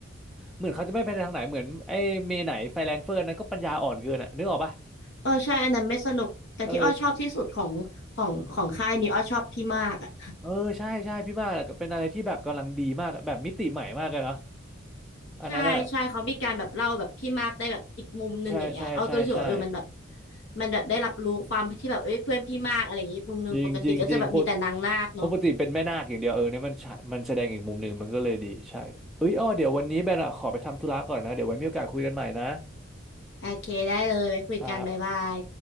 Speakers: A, in the centre; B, on the left.
A: เหมือนเขาจะไม่ไปทางไหนเหมือนไอ้เมไหนไฟแรงเฟิร์นนะก็ปัญญาอ่อนเกินอ่ะนึกออกปะ
B: เออใช่อันนั้นไม่สนุกแต่ที่อ้อชอบที่สุดของของของค่ายนี้อ้อชอบพี่มากอ่ะ
A: <laughs> เออเออใช่ใช่พี่มากเป็นอะไรที่แบบกำลังดีมากอะแบบมิติใหม่มากเลยเนาะอันนั้นอ่ะ
B: ใช่ใช่เขามีการแบบเล่าแบบพี่มากได้แบบอีกมุมหนึ่งอย่างเงี้ยอ้อก็รู้สึกว่าเออมันแบบ
A: ใช่ใช่ใช่ใช่
B: มันแบบได้รับรู้ความที่แบบเอ้ยเพื่อนพี่มากอะไรอย่างงี้มุมหนึงปกติก็จะแบบมีแต่นางนาคเนาะ
A: จริงจริงจริงปกเพราะปกติเป็นแม่นาคอย่างเดียวเออเนี่ยมันใช่มันแสดงอีกมุมหนึ่งมันก็เลยดีใช่เอ้ยอ้อเดี๋ยววันนี้แบนอะขอไปทำธุระก่อนนะเดี๋ยวไว้มีโอกาสคุยกันใหม่นะ
B: โอเคได้เลยไว้คุยกันบ๊ายบาย
A: ครับ